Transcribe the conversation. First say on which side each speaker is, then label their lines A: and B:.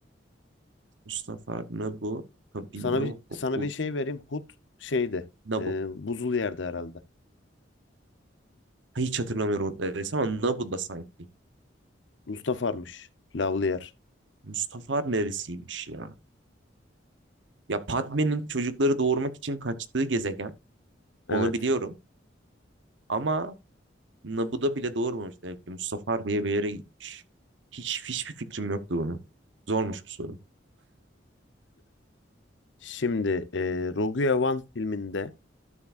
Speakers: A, on the right; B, on the left.
A: Mustafa Nabu Kabino
B: Sana bir sana bir
A: Ut.
B: şey vereyim. Hut şeydi.
A: Nabu.
B: E, buzul yerde herhalde.
A: Hiç hatırlamıyorum o resim ama Nabu da sanki.
B: Mustafar'mış. Lavlı yer.
A: Mustafar neresiymiş ya? Ya Padme'nin çocukları doğurmak için kaçtığı gezegen.
B: Evet.
A: Onu biliyorum. Ama Naboo'da bile doğurmamış demek ki. Mustafar diye bir yere gitmiş. Hiç hiçbir fikrim yoktu bunu. Zormuş bu soru.
B: Şimdi e, Rogue One filminde